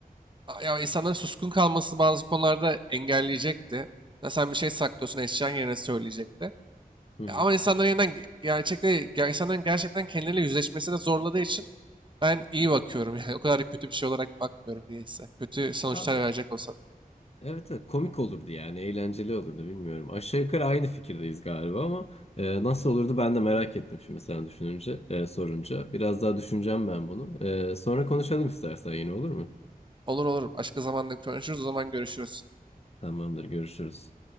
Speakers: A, on the right; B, on the left.
A: a- ya insanların suskun kalması bazı konularda engelleyecekti. Ya sen bir şey saklıyorsun eşyan yerine söyleyecekti.
B: hı.
A: Ya ama insanların yeniden ge- gerçekte ge- insanların gerçekten kendileriyle yüzleşmesine zorladığı için ben iyi bakıyorum. <laughs> Yani o kadar da kötü bir şey olarak bakmıyorum niyeyse. Kötü sonuçlar
B: Abi,
A: verecek olsa da.
B: evet, evet komik olurdu yani eğlenceli olurdu bilmiyorum. Aşağı yukarı aynı fikirdeyiz galiba ama e, nasıl olurdu ben de merak ettim şimdi sen düşününce e, sorunca. Biraz daha düşüneceğim ben bunu. E, sonra konuşalım istersen yine olur mu?
A: Olur olur. Başka zamanda konuşuruz. O zaman görüşürüz.
B: Tamamdır görüşürüz.